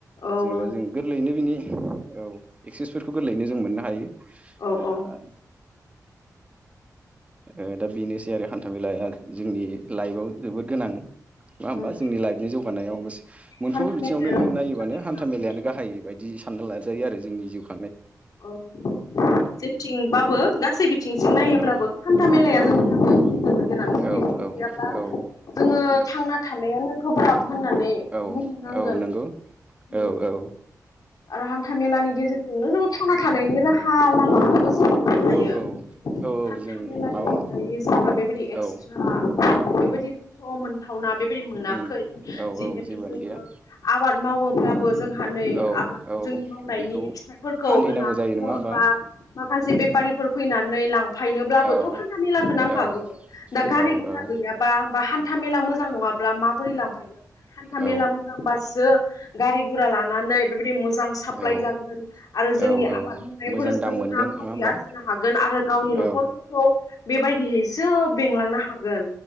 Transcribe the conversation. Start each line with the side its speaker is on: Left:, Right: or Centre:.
Left: औ
Right: जेनेबा
Left: नंगौ
Right: जों गोरलैयैनो बिनि औ एक्सेसफोरखौ गोरलैयैनो जों मोननो हायो ओ
Left: औ औ
Right: ओ दा बेनोसै आरो हान्था मेलाया जोंनि लाइफआव जोबोद गोनां। नङा होमबा
Left: उम
Right: जोंनि लाइफनि जौ बानायाव बास मोनफ्रोमबो
Left: हान्था
Right: बिथिङावनो
Left: मेलायानो जोंनि
Right: नायोबानो
Left: थाखाय गोनां
Right: हान्था मेलायानो गाहाय बायदि सानना लाजायो आरो जोंनि जिउखौ।
Left: औ औ जेथिंबाबो गासै बिथिंसिम नायोब्लाबो
Right: औ
Left: हान्था मेलाया
Right: औ
Left: ज
Right: औ।
Left: गोनां जुदि
Right: औ
Left: बि गैयाब्ला
Right: औ
Left: जोङो थांना थानायानो गोब्राब होननानै
Right: औ
Left: बुंनांगोन
Right: औ नंगौ
Left: उम
Right: औ औ
Left: आरो हान था मेलानि गेजेरजोंनो जोङो थांना थानायनि राहा लामा जों मोननो हायो
Right: औ औ औ
Left: हान्था
Right: जों
Left: मेलानि
Right: माबा
Left: अनगायै जोंहा बेबायदि एक्सट्रा
Right: औ
Left: औ बेबायदिथ' मोनथावना बेबायदि मोनाखै
Right: उम औ
Left: जिहेथु
Right: औ जेबोआनो
Left: जोङो
Right: गैया
Left: आबाद मावोब्लाबो जोंहा नै
Right: औ
Left: आबाद
Right: औ
Left: जों मावनायनि
Right: बेखौ
Left: फिथ फोरखौ
Right: फानहैनांगौ
Left: लांनो
Right: जायो नङा होमबा
Left: बा माखासे बेपारिफोर फैनानै लां फायनोब्लाबोथ'
Right: औ
Left: हान्था मेला नांखागौ
Right: औ
Left: दा गारि
Right: औ
Left: गुरा गैयाब्ला बा हान्था था मेला मोजां नङाब्ला माबोरै लांफैनो हान्था
Right: औ
Left: मेला मोजांबासो गारि गुरा लानानै बेबायदि मोजां साप्लाय
Right: औ
Left: जागोन। आरो जोंनि
Right: औ औ
Left: आबाद मावनायफोरजों
Right: मोजां दाम मोनगोन
Left: रांखावरि
Right: नङा होमबा
Left: आरजिनो हागोन आरो गावनि न'खरफोरखौ
Right: औ
Left: बेबायदियैसो बेंलांनो हागोन